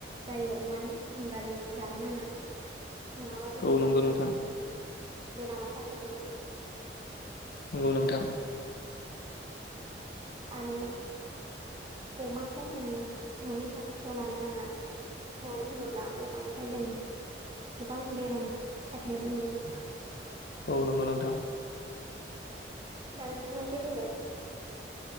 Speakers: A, on the right; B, on the left.
A: जायो अमानि हब्ला जों जानो नाङा नङाबा जोंनियावबो
B: औ नंगौ नोंथां
A: बेरामा साफिगोन
B: नंगौ नोंथां
A: आरो अमाखौ जोङो न'नि साखाथियाव लानो नाङा मानो होनोब्ला अमानिफ्राय जों गोबां बेराम साफिनायखौ नुनो मोनो।
B: औ नंगौ नोंथां
A: दा नोंथांआ एसे बुंदो।